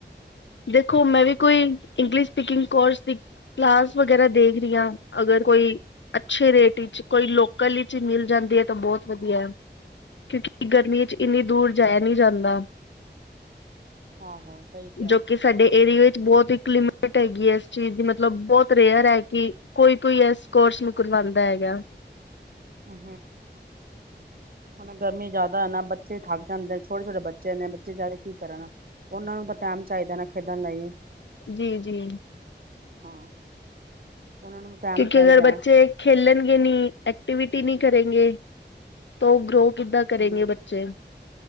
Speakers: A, on the left; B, on the right.
A: ਦੇਖੋ ਮੈਂ ਵੀ ਕੋਈ ਇੰਗਲਿਸ਼ ਸਪੀਕਿੰਗ ਕੋਰਸ ਦੀ ਕਲਾਸ ਵਗੈਰਾ ਦੇਖ ਰਹੀ ਹਾਂ ਅਗਰ ਕੋਈ ਅੱਛੇ ਰੇਟ ਵਿੱਚ ਕੋਈ ਲੋਕਲ ਵਿੱਚ ਹੀ ਮਿਲ ਜਾਂਦੀ ਹੈ ਤਾਂ ਬਹੁਤ ਵਧੀਆ ਹੈ ਕਿਉਂਕਿ ਗਰਮੀ ਵਿੱਚ ਇੰਨੀ ਦੂਰ ਜਾਇਆ ਨਹੀਂ ਜਾਂਦਾ।
B: ਆਹੋ ਸਹੀ ਕਿਹਾ
A: ਜੋ ਕਿ ਸਾਡੇ ਏਰੀਏ- ਬਹੁਤ ਇੱਕ ਲਿਮਿਟ ਹੈਗੀ, ਆ ਇਸ ਚੀਜ਼ ਦੀ ਮਤਲਬ ਬਹੁਤ ਰੇਅਰ ਹੈ ਕਿ ਕੋਈ ਕੋਈ ਇਸ ਕੋਰਸ ਨੂੰ ਕਰਵਾਉਦਾ ਹੈਗਾ।
B: ਹੂੰ ਹੁਣ ਗਰਮੀ ਜ਼ਿਆਦਾ ਨਾ ਬੱਚੇ ਵੀ ਥੱਕ ਜਾਂਦੇ ਛੋਟੇ ਛੋਟੇ ਬੱਚੇ ਨੇ ਬੱਚੇ ਜ਼ਿਆਦਾ ਕੀ ਕਰਨਾ ਉਹਨਾਂ ਨੂੰ ਤਾਂ ਟਾਈਮ ਚਾਹੀਦਾ ਨਾ ਖੇਡਣ ਲਈ
A: ਜੀ -ਜੀ।
B: ਹਾਂ ਉਹਨਾਂ ਨੂੰ ਟਾਈਮ
A: ਕਿਉਂਕਿ
B: ਚਾਹੀਦਾ
A: ਅਗਰ ਬੱਚੇ ਖੇਲਣਗੇ ਨੀ ਐਕਟੀਵਿ ਵਟੀ ਨਹੀਂ ਕਰੇਗੇ ਤੋ ਗਰੋ ਕਿੱਦਾਂ ਕਰੇਗੇ
B: ਹੂੰ
A: ਬੱਚੇ।